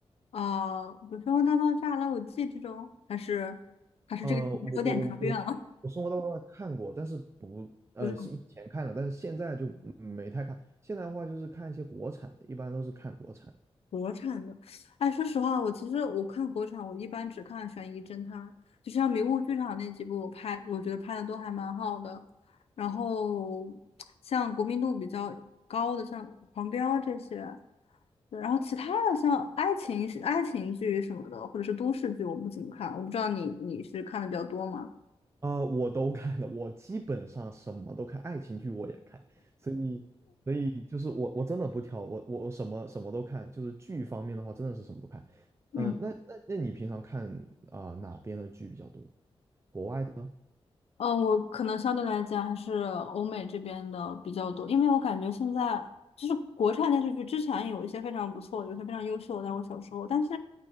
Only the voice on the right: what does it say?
呃，我我我我我《生活大爆炸》看过，但是不呃是以前看了，
但是现在就没太看。现在的话就是看一些国产的，一般都是看国产。
啊、我都看了，我基本上什么都看，爱情剧我也看，所以，所以就是我我真的不挑，我我我什么什么都看，就是剧方面的话，真的是什么都看。
嗯、那那那你平常看啊、哪边的剧比较多？国外的呢？